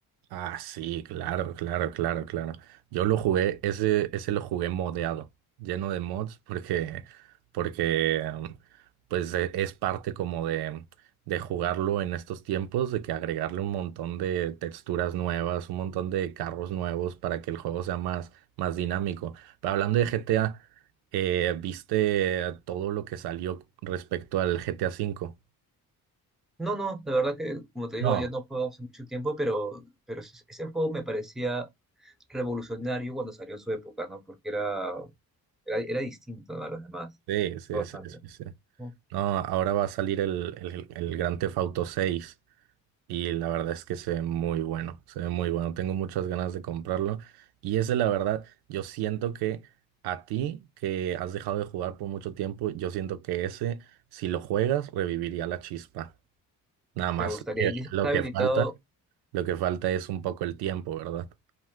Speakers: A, on the right; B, in the centre.
A: Ah, sí, claro, claro, claro, claro. Yo lo jugué, ese, ese lo jugué modeado, lleno de mods, porque, porque em, pues e- es parte como de, de jugarlo en estos tiempos, de que agregarle un montón de texturas nuevas, un montón de carros nuevos para que el juego sea más, más dinámico. Pero hablando de GTA, eh, ¿viste todo lo que salió respecto al GTA cinco
B: No, no, la verdad que, como te digo,
A: No.
B: ya no juego hace mucho tiempo, pero, pero ese ese juego me parecía revolucionario cuando salió en su época, ¿no? Porque era, era, era distinto, ¿no? a los demás.
A: Sí,
B: Me
A: sí,
B: gustó bastante.
A: sí, sí, sí.
B: ¿no?
A: No, ahora va a salir el, el, el Grand Theft Auto 6 y la verdad es que se ve muy bueno, se ve muy bueno. Tengo muchas ganas de comprarlo y ese la verdad, yo siento que a ti que has dejado de jugar por mucho tiempo, yo siento que ese, si lo juegas, reviviría la chispa. Nada más
B: Me gustaría.
A: que
B: ¿Y ese
A: lo
B: está
A: que
B: habilitado?
A: falta, lo que falta es un poco el tiempo, ¿verdad?